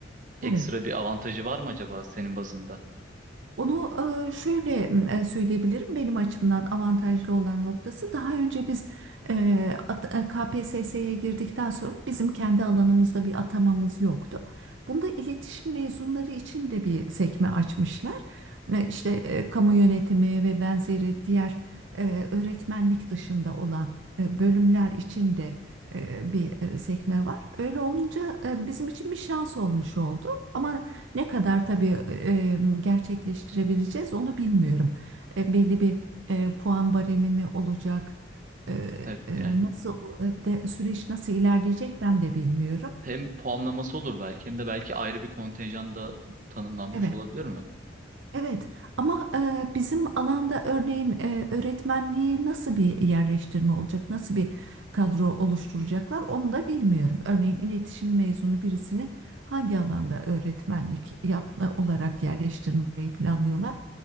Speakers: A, on the right; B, on the right.
A: Ekstra
B: Evet.
A: bir avantajı var mı acaba senin bazında?
B: Onu e, şöyle e, söyleyebilirim. Benim açımdan avantajlı olan noktası daha önce biz e, at- e, KPSS'ye girdikten sonra bizim kendi alanımızda bir atamamız yoktu. Bunda iletişim mezunları için de bir sekme açmışlar. E, İşte e, kamu yönetimi ve benzeri diğer e, öğretmenlik dışında olan e, bölümler için de e, bir e, sekme var. Öyle olunca e, bizim için bir şans olmuş oldu. Ama ne kadar tabii e, gerçekleştirebileceğiz onu bilmiyorum. E, belli bir e, puan baremi mi olacak? E,
A: Evet
B: e,
A: yani
B: nasıl e, de, süreç nasıl ilerleyecek ben de bilmiyorum.
A: hem puanlaması olur belki hem de belki ayrı bir kontenjan da tanımlanmış
B: Evet.
A: olabilir mi?
B: Evet ama e, bizim alanda örneğin e, öğretmenliği nasıl bir yerleştirme olacak, nasıl bir kadro oluşturacaklar onu da bilmiyorum. Örneğin iletişim mezunu birisini hangi alanda öğretmenlik yap olarak yerleştirmeyi planlıyorlar